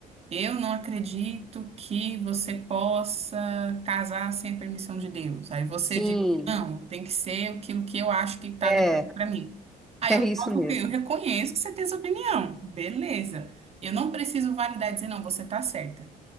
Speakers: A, on the right (about 35°); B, in the centre.
A: Eu não acredito que você possa casar sem a permissão de Deus. Aí você
B: Sim,
A: diz, não, tem que ser aquilo que eu acho que está
B: é,
A: definido para mim. Aí
B: <laughs> é
A: eu
B: isso
A: posso,
B: mesmo.
A: o quê? eu reconheço que você tem essa opinião. Beleza. Eu não preciso validar e dizer, não, você está certa.